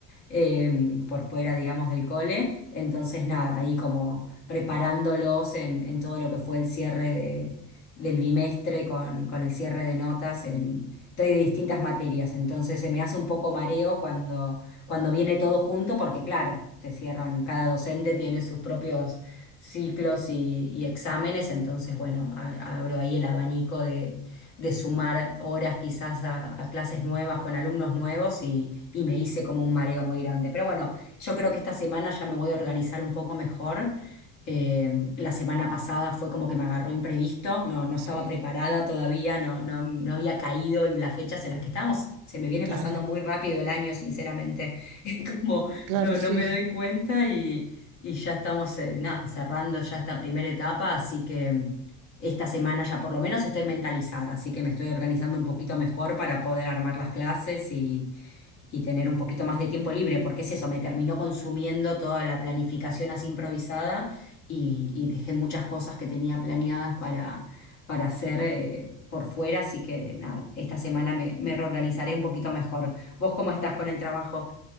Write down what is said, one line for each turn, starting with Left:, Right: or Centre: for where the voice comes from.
Left: eh, por fuera, digamos, del cole. Entonces, nada, ahí como preparándolos en, en todo lo que fue el cierre del bimestre con, con el cierre de notas en, doy de distintas materias. Entonces se me hace un poco mareo cuando, cuando viene todo junto, porque claro, se cierran, cada docente tiene sus propios ciclos y, y exámenes, entonces bueno, a- abro ahí el abanico de, de sumar horas quizás a, a clases nuevas con alumnos nuevos y, y me hice como un mareo muy grande. Pero bueno, yo creo que esta semana ya me voy a organizar un poco mejor eh, la semana pasada fue como que me agarró imprevisto, no, no
Right: sí,
Left: estaba preparada todavía, no, no, no había caído en las fechas en las que estábamos. Se me viene
Right: claro,
Left: pasando muy rápido el año, sinceramente. <laughs> Es como,
Right: claro,
Left: no,
Right: sí.
Left: no me doy cuenta y, y ya estamos, eh, nada, cerrando ya esta primera etapa, así que mm, esta semana ya por lo menos estoy mentalizada, así que me estoy organizando un poquito mejor para poder armar las clases y tener un poquito más de tiempo libre, porque es eso, me terminó consumiendo toda la planificación así improvisada y, y dejé muchas cosas que tenía planeadas para, para hacer eh, por fuera, así que nada, esta semana me, me reorganizaré un poquito mejor. ¿Vos cómo estás con el trabajo?